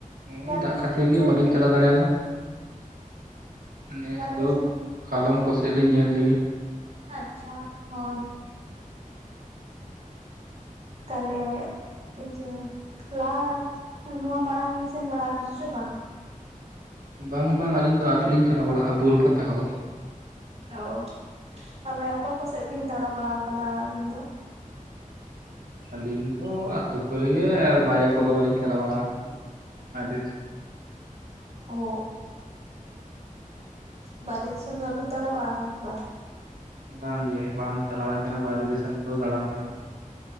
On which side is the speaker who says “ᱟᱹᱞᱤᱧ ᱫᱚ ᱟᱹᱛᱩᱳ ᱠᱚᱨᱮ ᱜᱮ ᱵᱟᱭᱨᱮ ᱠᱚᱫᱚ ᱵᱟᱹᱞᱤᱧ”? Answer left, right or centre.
Right